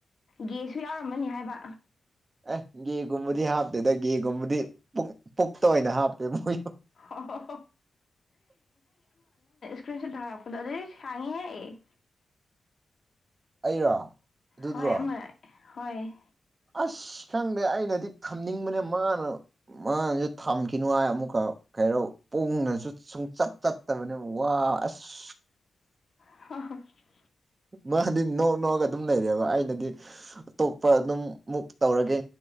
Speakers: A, on the left (about 55°); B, on the right (about 30°).
A: ꯒꯦꯁꯨ ꯌꯥꯎꯔꯝꯃꯅꯤ ꯍꯥꯏꯕ
B: ꯑꯦ ꯒꯦꯒꯨꯝꯕꯗꯤ ꯍꯥꯞꯇꯦꯗ ꯒꯦꯒꯨꯝꯕꯗꯤ ꯄꯨꯛ ꯄꯨꯛꯇ ꯑꯣꯏꯅ ꯍꯥꯞꯄꯦ ꯃꯣꯏ
A: ꯑꯣ ꯄ꯭ꯔꯤꯁꯟ ꯊꯥꯔꯛꯄꯗꯣ ꯑꯗꯨꯗꯤ ꯁꯥꯡꯉꯤꯍꯦ
B: ꯑꯩꯔꯣ ꯑꯗꯨꯗꯨꯔꯣ
A: ꯍꯣꯏ ꯑꯃ ꯍꯣꯏ
B: ꯑꯁ ꯈꯪꯗꯦ ꯑꯩꯅꯗꯤ ꯊꯝꯅꯤꯡꯕꯅꯦ ꯃꯥꯅ ꯃꯥꯅꯖꯨ ꯊꯝꯈꯤꯅꯨ ꯍꯥꯏ ꯑꯃꯨꯛꯀ ꯀꯩꯔꯣ ꯄꯨꯡꯅꯁꯨ ꯁꯨꯡꯆꯠ ꯆꯠꯇꯕꯅꯤ ꯋꯥ ꯑꯁ
A: <unintelligible>
B: ꯃꯥꯗꯤ ꯅꯣꯛ ꯅꯣꯛꯑꯒ ꯑꯗꯨꯝ ꯂꯩꯔꯦꯕ ꯑꯩꯅꯗꯤ ꯑꯇꯣꯞꯄ ꯑꯗꯨꯝ ꯃꯨꯛ ꯇꯧꯔꯒꯦ